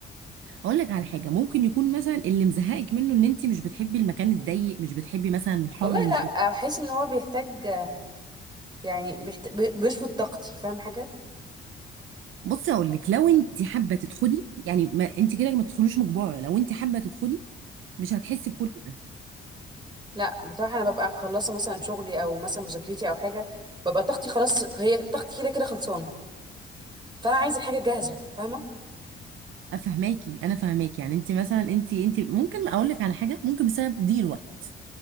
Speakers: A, on the right; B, on the right.
A: أقول لك على حاجة ممكن يكون مثلا اللي مزهقك منه إن أنت مش بتحبي المكان الضيق مش بتحبي مثلا الحر
B: والله
A: مش
B: لا
A: بت...
B: احس ان هو بيحتاج يعني بيحت... بي- بيشفط طاقتي فاهم حاجة
A: بصي أقول لك لو أنت حابة تدخلي يعني ما أنت كده ما تدخلوش مجبرة لو أنت حابة تدخلي مش هتحسي بكل ده
B: لا بصراحة أنا ببقى خلصت مثلا شغلي أو مثلا مذاكرتي أو حاجة ببقى طاقتي خلاص هي طاقتي كده كده خلصانة فأنا عايزة الحاجة جاهزة فاهمة
A: أفهماكي أنا فهماكي يعني أنت مثلا أنت أنت ممكن أقول لك على حاجة ممكن بسبب ضيق الوقت